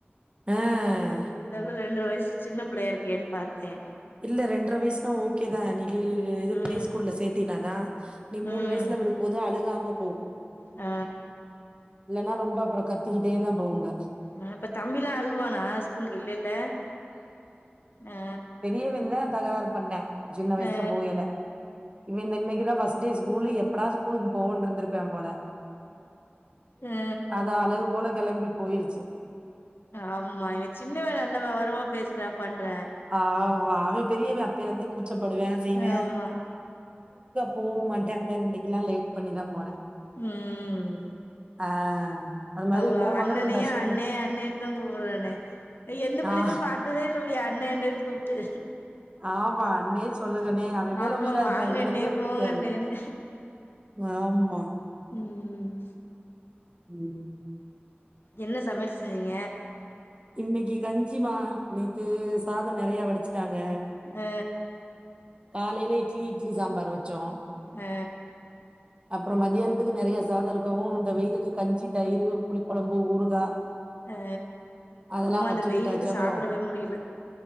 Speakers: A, on the right; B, on the left.
A: ஆ
B: இருந்தாலு ரெண்ட்ர வய்சு சின்ன பிள்ளையா இருக்கேன் பாத்த
A: இல்ல ரெண்ட்ர வைஸ்னா ஓகே தா நீ <unintelligible> இது
B: ம்
A: ப்ளே ஸ்கூல்ல சேத்தினாதா நீ மூணு
B: ம்
A: வய்சு த்ல விடும்போது அழுகாம போகு
B: ஆ
A: இல்லன்னா ரொம்ப அப்பறோ கத்திக்கிட்டே தா போகுங்க
B: ஆ இப்ப தம்பிலா அழ்வானா ஸ்கூலுக்கு இல்லெல்ல ஆ
A: இவந்த தகராறு பண்ண சின்ன வயசுல
B: ஆ
A: போகைல இவ இந் இன்னைக்கி தா ஃபஸ் டே ஸ்கூலு எப்படா ஸ்கூலுக்கு போவோனு இருந்துருப்பா போல
B: அ
A: அது அழகு போல கெளம்பிப் போயிருச்சு
B: ஆமா இவே சின்னவ நல்ல வெவரமா பேசற பண்ற
A: ஆவா அவே பெரியவே அப்பேலிருந்தே குச்சப்படுவே செய்வ
B: ஆமா
A: போவு மாட்டா இந்தா இன்னைக்கெல்லா லேட் பண்ணிதா போன
B: ம்
A: ஆ அது மாரி
B: அவுங்க
A: ஓ
B: அண்ணனயே
A: மகளு தர்ஷினி
B: அண்ணே அண்ணே தா கூப்டறனே எந்த புள்ளையுமே
A: ஆ
B: பாத் ததே இல்ல இப்டி அண்ணே அண்ணேன்னு கூப்டு
A: ஆமா, அண்ணே சொல்லுங்கண்ணே. அவன் மேல
B: ஆமா
A: உயிரா இருப்பேன்.
B: வாங்கண்ணே
A: இவனுக்கு தான் பிடிக்காது.
B: போங்கண்ணேனு
A: ஆமா
B: ம்
A: ம்
B: என்ன சமையல் செஞ்சிங்க
A: இன்னைக்கி கஞ்சிமா நேத்து சாதோ நெறைய வடுச்சுட்டாங்க
B: ஆ
A: காலைல இட்லி இட்லி சாம்பார் வச்சோ
B: ஆ
A: அப்றோ மத்தியானத்துக்கு நெறைய சாதோ இருக்கவு இந்த வெயிலுக்கு கஞ்சி தயிர் புளி கொழம்பு ஊறுகா
B: ஆ
A: அதெல்லாம்
B: அம்மா
A: வச்சுக்கிட்டாச்சு.
B: இந்த வெயிலுக்கு
A: அப்புறம்
B: சாப்டவே முடியல